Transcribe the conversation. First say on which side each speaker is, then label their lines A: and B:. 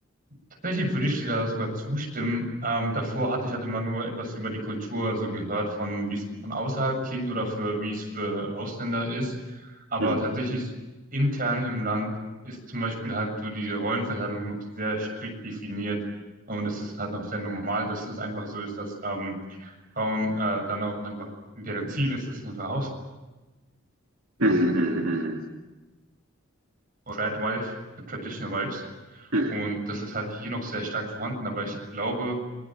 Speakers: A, on the right; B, on the right.
A: Tatsächlich würde ich dir da sogar zustimmen. Ähm, davor hatte ich halt immer nur etwas über die Kultur so gehört, von wie es von außerhalb klingt oder für wie es für Ausländer ist. Aber
B: Mhm.
A: tatsächlich intern im Land ist zum Beispiel halt so diese Rollenverteilung noch sehr strikt definiert. Und es ist halt noch sehr normal, dass es einfach so ist, dass ähm, Frauen äh, dann auch einfach, deren Ziel ist, das sind einfach Hausfrauen,
B: Mhm, mhm,
A: Tradwife, Traditional Wives.
B: mhm, mhm.
A: Und das ist halt hier noch sehr stark vorhanden. Aber ich glaube,